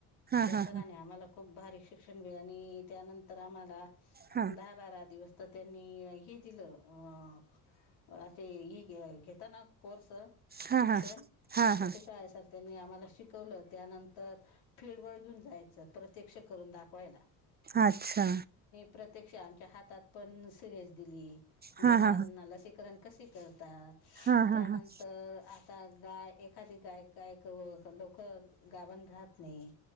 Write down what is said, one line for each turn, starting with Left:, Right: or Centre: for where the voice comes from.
Right: हा
Left: त्या
Right: हा
Left: सरांनी
Right: हा
Left: आम्हाला खूप भारी शिक्षण बी आणि त्यानंतर आम्हाला
Right: हा
Left: दहा बारा दिवस तर त्यांनी हे दिलं ह असे ह ग घेतना कोर्स
Right: हा
Left: शिक्षण
Right: हा हा
Left: तसे शाळे सारख त्यांनी आम्हाला शिकवलं त्यानंतर फिल्डवर घेऊन जायचं प्रत्यक्ष करून दाखवायला
Right: अच्छा
Left: प्रत्यक्षच्या हातात पण सिरीज दिली
Right: हा
Left: जनावरांना
Right: हा हा
Left: लसीकरण कसे करतात
Right: हा
Left: त्यानंतर
Right: हा हा
Left: आता गाय एखादी गाय यक लवकर गाभन राहत नाही,